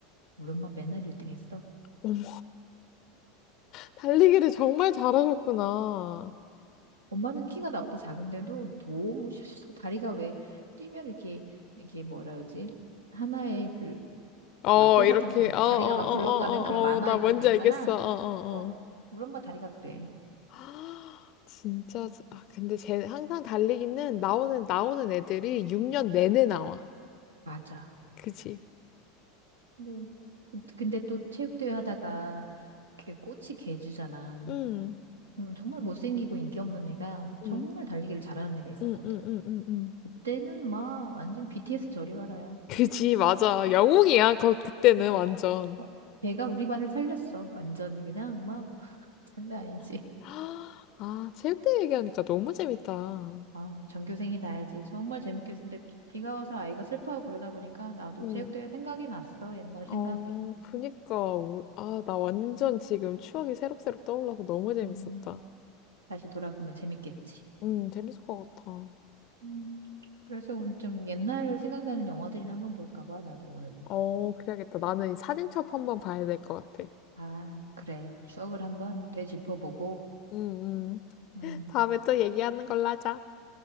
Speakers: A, on the right (about 80°); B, on the left (about 45°).
A: 우리 엄마 맨날 1등 했어.
B: 응. 달리기를 정말 잘하셨구나.
A: 엄마는 키가 나보다 작은데도 너무 샤샤샥 다리가 왜 뛰면 이렇게, 이게 뭐라 그러지? 하나의 그
B: 어,
A: 막대
B: 이렇게,
A: 사탕처럼
B: 어, 어, 어,
A: 다리가 막 굴러가는
B: 어,
A: 그런 만화의
B: 어, 어, 나 뭔지
A: 그런 거 있잖아.
B: 알겠어. 어, 어,
A: 어,
B: 어.
A: 우리 엄마 다리가 그래.
B: <gasps> 아, 진짜, 수- 아, 근데 쟤 항상 달리기는 나오는, 나오는 애들이 6년 내내 나와.
A: 맞아.
B: 그지?
A: 네. 그- 근데 또 체육대회 하다가 그 꽃이 개주잖아.
B: 응,
A: 음, 정말 못생기고 인기 없는 애가 정말
B: 응,
A: 달리기를 잘하는 애가 있었거든.
B: 응, 응, 응, 응. 응.
A: 그때는 막 완전 BTS 저리 가라야.
B: 그지, 맞아. 영웅이야, 거, 그때는 완전.
A: 어, 걔가 우리 반을 살렸어. 완전히 그냥 막 <laughs> 장난 아니지.
B: <gasps> 아, 체육대회 얘기하니까 너무 재밌다.
A: 아, 전교생이 다 알지. 정말 재밌겠는데 비가 와서 아이가 슬퍼하고 그러다 보니까 나도
B: 응.
A: 체육대회 생각이 났어. 옛날 생각이.
B: 어, 그니까, 우- 아, 나 완전 지금 추억이 새록새록 떠올라서 너무 재밌었다.
A: 음, 다시 돌아가면 재밌겠지.
B: 음, 재밌을 것 같아.
A: 음, 그래서 좀 옛날 생각나는 영화들이나 한번 볼까 봐, 나도 오늘은.
B: 어, 그래야겠다. 나는 이 사진첩 한번 봐야 될 것 같아.
A: 아, 그래. 추억을 한번 되짚어보고.
B: 음, 음.
A: 음,
B: <laughs> 다음에 또 얘기하는 걸로 하자.